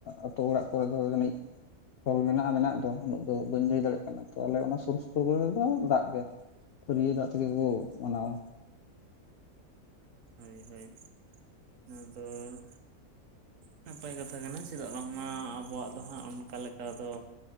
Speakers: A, on the left; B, on the right.
A: ᱟᱹᱛᱩ ᱚᱲᱟᱜ ᱠᱚᱨᱮ ᱫᱚ ᱡᱟᱹᱱᱤᱡ ᱪᱚᱞ ᱢᱮᱱᱟᱜᱼᱟ ᱢᱮᱱᱟᱜ ᱫᱚ ᱩᱱᱟᱹᱜ ᱫᱚ ᱵᱟᱹᱧ ᱞᱟᱹᱭ ᱫᱟᱲᱮᱭᱟᱜ ᱠᱟᱱᱟ ᱛᱚ ᱟᱞᱮ ᱚᱱᱟ ᱥᱩᱨ ᱥᱩᱯᱩᱨ ᱠᱚᱨᱮ ᱫᱚ ᱫᱟᱜ ᱜᱮ ᱯᱷᱟᱹᱨᱭᱟᱹ ᱫᱟᱜ ᱛᱮᱜᱮ ᱠᱚ ᱢᱟᱱᱟᱣᱟ᱾
B: ᱦᱳᱭ ᱦᱳᱭ ᱚᱱᱟᱫᱚ ᱱᱟᱯᱟᱭ ᱠᱟᱛᱷᱟ ᱠᱟᱱᱟ ᱪᱮᱫᱟᱜ ᱵᱟᱝᱢᱟ ᱟᱵᱚᱣᱟᱜ ᱫᱚ ᱦᱟᱸᱜ ᱚᱱᱠᱟ ᱞᱮᱠᱟ ᱫᱚ